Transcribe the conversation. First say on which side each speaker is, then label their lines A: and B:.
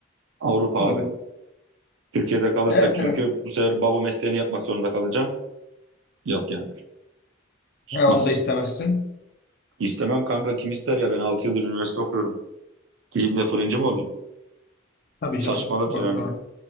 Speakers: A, on the right; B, on the left.
A: Avrupa abi.
B: hı.
A: Türkiye'de kalırsak
B: Evet
A: çünkü
B: evet.
A: bu sefer baba mesleğini yapmak zorunda kalacağım. Yok yani. Tutmaz.
B: Ha, onu da istemezsin.
A: İstemem kanka. Kim ister ya? Ben 6 yıldır üniversite okuyorum. Gireyim de fırıncı mı
B: Hı.
A: olayım?
B: Tabii
A: Saçmalık
B: canım. Doğru
A: yani.
B: doğru.